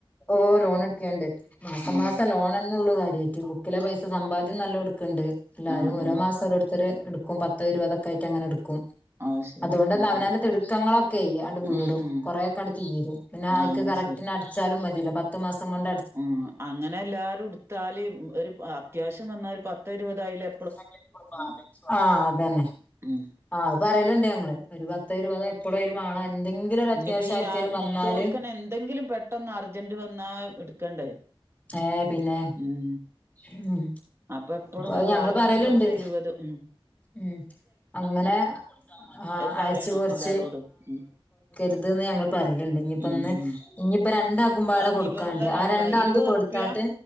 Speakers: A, on the left (about 15°); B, on the right (about 30°).
A: ഓഹ് ലോൺ എടുക്കല്ണ്ട് മാസം
B: ഉം
A: മാസം ലോൺ തന്നെ ഉള്ള കാര്യയിറ്റ് ക്കിലെ പൈസ സമ്പാദ്യം നല്ലോം ഇടുക്ക്‌ണ്ട് എല്ലാരും
B: ആഹ്
A: ഓരോ
B: ആഹ്
A: മാസം ഓരോരുത്തര് എടുക്കും പ പത്തോ ഇരുപതൊക്കെ ആയിട്ട്ങ്ങനെ എടുക്കും
B: അത് ശരി
A: അതുകൊണ്ട തന്നെ
B: ഉം
A: അവനാന്റെ
B: ഉം
A: തിടുക്കങ്ങളൊക്കെ ആണ്ട് വീടും
B: ഉം ഉം
A: കൊറെക്കെ അണ്ട് തീരും പിന്നെ
B: ആഹ്
A: ഐക്ക്
B: അത്
A: കറക്റ്റിന് അടിച്ചാലും മതിയല്ലോ പത്ത് മാസം കൊണ്ട്ട
B: ഉ അങ്ങനെ എല്ലാരും എടുത്താല് ഒരു അത്യാവശ്യം വന്നാ ഒരു പത്തോ ഇരുപതോ ആയിലേ
A: <unintelligible> ആഹ് അതെന്നെ
B: ഉം
A: ആഹ് അത് പറയലുണ്ട് ഞങ്ങള് ഒരു പത്ത ഇരുപതോ എപ്പളും അയില് മാണം എന്തെങ്കിലും ഒരു അത്യാവശ്യം
B: ഇനിപ്പൊ ഈ
A: ആർക്കേലും
B: ആ ഇടുത്തോൽക്കന്നെ
A: വന്നാല്
B: എന്തെങ്കിലും പെട്ടന്ന് അർജന്റ് വന്നാ ഇടുക്കണ്ടേ
A: ഏഹ് പിന്നെ
B: ഉം
A: ഉം
B: അപ്പൊ എപ്പളും ഒരു
A: അത്
B: ബാലൻസ്
A: ഞങ്ങള് പറയലുണ്ട്
B: പത്ത് ഇരുപത് ഉ
A: ഉം അങ്ങനെ ആ
B: അത് പറയണം
A: അരിച്ചു കുര്ച്ച്
B: എല്ലാരോടും ഉം
A: ര്ത് ഞങ്ങൾ പറയലുണ്ട് ഇനിയിപ്പൊ
B: ഉം
A: ഇന്ന്
B: ഉം
A: ഇനിയിപ്പോ രണ്ടാക്കുപാടെ
B: അത്
A: കൊടുക്കാണ്ട്
B: നിബന്ധന
A: ആ
B: ആക്കണം
A: രണ്ടാളത്
B: ഇരുപത്
A: കൊടു
B: ഉറുപ്യ
A: താട്ടെ